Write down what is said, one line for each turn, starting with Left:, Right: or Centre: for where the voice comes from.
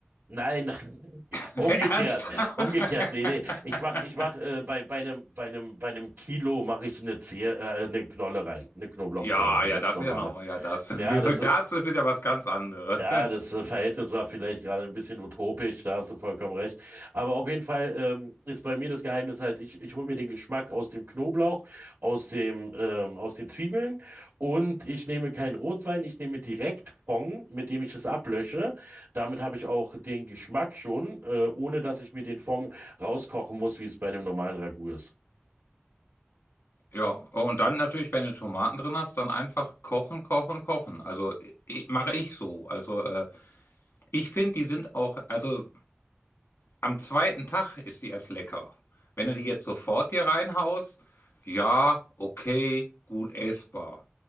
Right: Nein, nein. <laughs>
Left: <laughs>
Right: umgekehrt,
Left: Ernsthaft?
Right: umgekehrt,
Left: <laughs>
Right: nee, nee. Ich mach, ich mach äh, bei bei einem bei einem bei einem Kilo mache ich eine Zehe, äh, eine Knolle rein, eine Knoblauchknolle,
Left: Ja,
Right: eine
Left: ja,
Right: ganz
Left: das
Right: normale.
Left: ist ja nochmal, ja, das. <laughs>
Right: Ja, das ist
Left: Dazu ist ja was ganz anderes.
Right: ja, das äh, Verhältnis
Left: <laughs>
Right: war vielleicht gerade ein bisschen utopisch, da hast du vollkommen recht. Aber auf jeden Fall ähm, ist bei mir das Geheimnis halt, ich, ich hole mir den Geschmack aus dem Knoblauch, aus dem, ähm, aus den Zwiebeln und ich nehme keinen Rotwein, ich nehme direkt Fond, mit dem ich es ablösche. Damit habe ich auch den Geschmack schon, äh, ohne dass ich mir den Fond rauskochen muss, wie es bei einem normalen Ragout ist.
Left: Ja, und dann natürlich, wenn du Tomaten drin hast, dann einfach kochen, kochen, kochen. Also i- mache ich so. Also äh, Ich finde, die sind auch, also am zweiten Tag ist die erst lecker. Wenn du die jetzt sofort dir reinhaust, ja, okay, gut essbar.